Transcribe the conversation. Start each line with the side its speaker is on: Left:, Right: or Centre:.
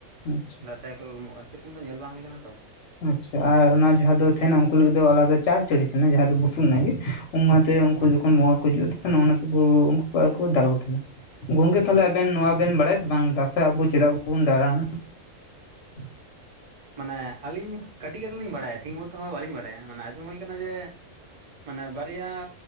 Left: ᱟᱪᱪᱷᱟ
Right: ᱫᱟᱸᱥᱟᱭ ᱠᱚ ᱩᱨᱩᱢᱚᱜ-ᱟ ᱥᱮᱨᱚᱠᱚᱢ ᱫᱚ ᱧᱮᱞ ᱵᱟᱝ ᱦᱩᱭ ᱠᱟᱱᱟ ᱛᱚ᱾
Left: ᱟᱪᱪᱷᱟ ᱟᱨ ᱚᱱᱟ ᱡᱟᱦᱟᱸ ᱫᱚ ᱛᱷᱮᱱᱟ ᱩᱱᱠᱩ ᱞᱟᱹᱜᱤᱫ ᱫᱚ ᱟᱞᱟᱫᱟ ᱪᱟᱨ ᱪᱟᱹᱲᱤ ᱛᱟᱦᱮᱱᱟ ᱡᱟᱦᱟᱸ ᱫᱚ ᱵᱩᱥᱩᱵ ᱨᱮᱱᱟᱜ ᱜᱮ, ᱚᱱᱟᱛᱮ ᱩᱱᱠᱩ
Right: ᱟᱪᱪᱷᱟ
Left: ᱡᱚᱠᱷᱚᱱ ᱵᱚᱸᱜᱟ ᱠᱚ ᱦᱤᱡᱩᱜ ᱛᱟᱦᱮᱱᱟ ᱚᱱᱟᱛᱮ ᱠᱩ ᱩᱱᱠᱩ ᱠᱚᱣᱟᱜ ᱟᱨ ᱠᱚ ᱫᱟᱞ ᱠᱚ ᱛᱟᱦᱮᱱᱟ᱾ ᱜᱚᱝᱠᱮ ᱛᱟᱦᱞᱮ ᱟᱵᱮᱱ ᱱᱚᱣᱟ ᱵᱮᱱ ᱵᱟᱲᱟᱭ ᱥᱮ ᱵᱟᱝ ᱫᱟᱥᱟᱭ ᱟᱵᱚ ᱪᱮᱫᱟᱜ ᱵᱩᱱ ᱫᱟᱬᱟᱱᱟ? <inaudible>
Right: ᱢᱟᱱᱮ ᱟᱹᱞᱤᱧ ᱠᱟᱹᱴᱤᱡ ᱠᱟᱹᱴᱤᱡ ᱞᱤᱧ ᱵᱟᱲᱟᱭᱟ ᱴᱷᱤᱠ ᱢᱚᱛᱚ ᱦᱚᱸ ᱵᱟᱹᱞᱤᱧ ᱵᱟᱲᱟᱭᱟ ᱢᱟᱱᱮ ᱟᱸᱡᱚᱢ ᱦᱩᱭ ᱠᱟᱱᱟ ᱡᱮ ᱢᱟᱱᱮ ᱵᱟᱨᱭᱟ